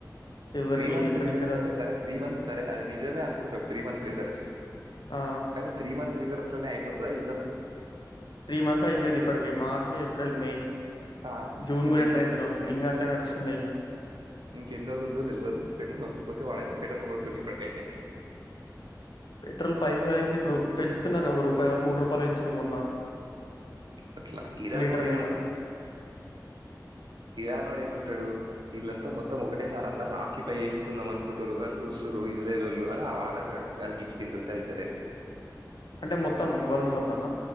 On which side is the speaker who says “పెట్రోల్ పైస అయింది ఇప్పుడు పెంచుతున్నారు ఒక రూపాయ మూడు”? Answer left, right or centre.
Left